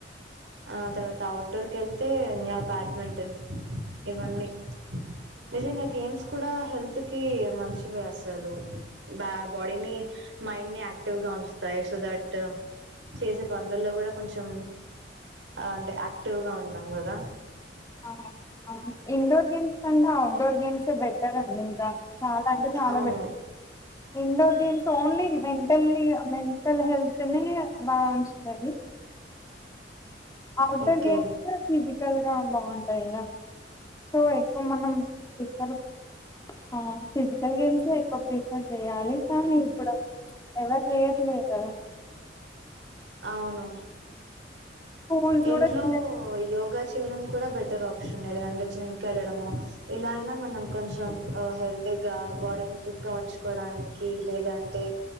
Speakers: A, on the right (about 85°); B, on the left (about 20°).
A: ఆ తర్వాత ఔట్డోర్ కెళ్తే యా బ్యాడ్మింటన్ ఇవన్నీ నిజంగా గేమ్స్ కూడా హెల్త్ కి మంచివే అసలు బ్య బాడీ నీ మైండ్ ని అక్టివ్ గా ఉంచుతాయి సో దట్ ట్ చేసే పనులల్లో కూడా కొంచం అంటే యాక్టివ్ గా ఉంటాం కదా
B: ఆ అవును ఇండోర్ గేమ్స్ అంద ఔట్ డోర్ గేమ్సే బెటర్ అం కుంటా చాలా అంటే చాలా
A: అవును
B: బెట్ indoor games only mentally mental హెల్త్ని బా ఉంచుతది ఔట్డోర్
A: ఓకే
B: గేమ్స్ ఫిజికల్ గా బాగుంటాయి కద సో ఎక్కువ మనం ప్రిఫర్ ఆ ఫిజికల్ గేమ్సే ఎక్కువ ప్రిఫర్ చెయాలి కానీ ఇప్పుడు ఎవరు చెయట్లేదు కదా
A: అవును
B: స్కూల్స్
A: ఇంట్లో
B: కూడా చిన్న చిన్న
A: యోగా చే ఇండోర్ కూడా బెటర్ ఆప్షన్ ఏ అండి జిం వెళ్ళడము ఇలా అయిన మనం కొంచెం ఆ హెల్తీ గా బాడీని ఫిట్ గా ఉంచుకోవడానికి లేదంటే